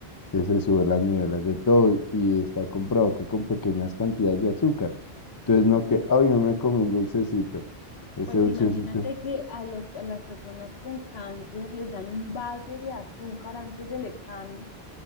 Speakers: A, on the left; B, on the left.
A: Entonces se suben las niveles de todo y y está comprobado que con pequeñas cantidades de azúcar. Entonces no que, ay, yo me comí un dulcecito. Ese
B: Pues
A: dulcecito,
B: imagínate que a, los, a las personas con cáncer les dan un vaso de azúcar antes del examen